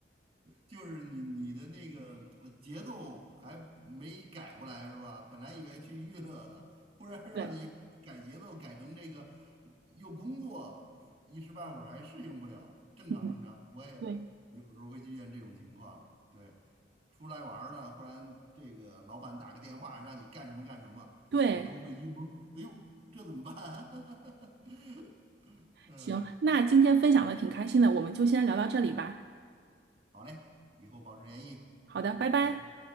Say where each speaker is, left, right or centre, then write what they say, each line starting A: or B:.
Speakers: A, on the right; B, on the right.
A: 就是你你的那个呃节奏还没改过来是吧？本来以为去娱乐的，忽然让你改节奏，
B: 对，
A: 改成这个又工作，一时半会儿还适应不了。正常正常，
B: 嗯，
A: 我也有时候会遇见这种情况。
B: 对
A: 对，出来玩儿了，忽然这个老板打个电话让你干什么干什么，
B: 对，
A: 我都会一懵，哎呦，这怎么办？<laughs> 嗯，
B: 行，那今天分享的挺开心的，我们就先聊到这里吧。
A: 好嘞，以后保持联系，
B: 好的，拜拜。
A: 拜拜。